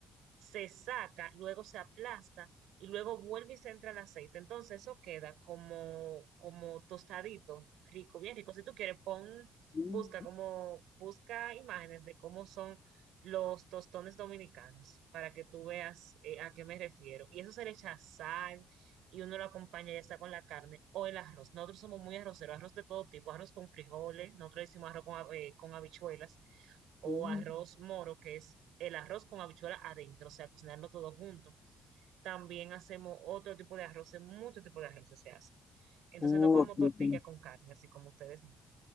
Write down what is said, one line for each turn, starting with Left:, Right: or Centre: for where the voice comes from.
Right: se saca, luego se aplasta y luego vuelve y se entra el aceite. Entonces eso queda como, como tostadito, rico, bien rico. Si tú quieres, pon,
Left: Mm,
Right: busca como, busca imágenes de cómo son los tostones dominicanos para que tú veas eh, a qué me refiero. Y eso se le echa sal y uno lo acompaña ya sea con la carne o el arroz. Nosotros somos muy arroceros, arroz de todo tipo, arroz con frijoles, nosotros decimos arroz con, hab- eh, con habichuelas o
Left: mm.
Right: arroz moro, que es el arroz con habichuela adentro, o sea, cocinarlo todo junto. También hacemos otro tipo de arroces, muchos tipos de arroces se hacen. Entonces
Left: Uh,
Right: no comemos
Left: ok,
Right: tortilla
Left: ok.
Right: con carne, así como ustedes no.